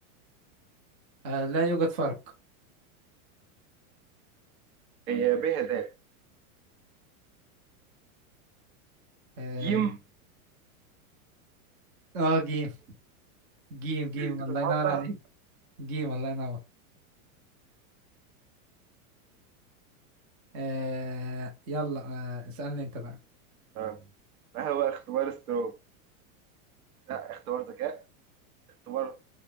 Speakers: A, on the right (about 25°); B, on the right (about 70°).
A: آه لا يوجد فرق
B: هي ب هدايا
A: آه,
B: جيم
A: آه جيم جيم جيم
B: بتتهدر
A: الله ينور عليك جيم الله ينور آه يلا آه اسألني انت بقى
B: آه. ما هو اختبار ستروب لا اختبار ذكاء اختبار